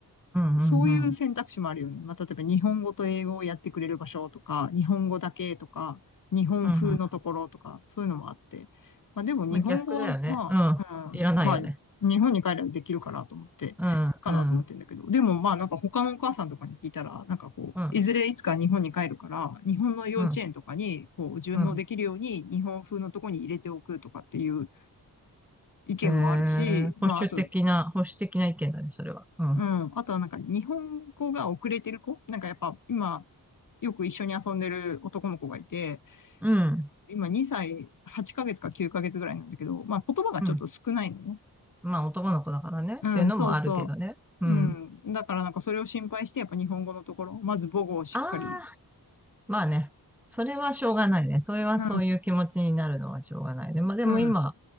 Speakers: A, in the centre; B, on the left.
A: うん、
B: そういう選択肢もあるよね。
A: うん、うん、う
B: まあ、例えば日本語と英語をやってくれる場所とか、日本語だけとか、日本風のところとか、
A: ん、うん。
B: そういうのもあって。まあ、でも日本語は、
A: まあ、逆だよね。
B: まあ、
A: うん。
B: うん、
A: いらないよね。
B: まあ、日本に帰ればできるかなと思って、
A: うん、
B: かなと思ってんだけど。
A: うん、
B: でもまあなんか他のお母さんとかに聞いたら、なんかこう、
A: うん、
B: いずれいつか日本に帰るから、日本の幼稚園とかにこう順応できるように日本風のとこに入れておくとかっていう
A: うん、うん。
B: 意見もあるし、
A: えー、
B: まああと
A: 保守的な、保守的な意見だね、それは。うん、
B: うん。あとはなんか日本語が遅れてる子なんかやっぱ今よく一緒に遊んでる男の子がいて、
A: うん、
B: 今2歳8ヶ月か9ヶ月ぐらいなんだけど、まあ言葉がちょっと少ないのね。
A: うん。まあ、男の子だからね、
B: うん、
A: っていうのもあるけどね。
B: そうそ
A: うん。
B: う。うん。だからなんかそれを心配してやっぱ日本語のところ、まず母語をしっかり。
A: あーまあね、それはしょうがないね。それはそういう気持ちになるのはしょうがないで、
B: うん、
A: まあでも今、
B: うん、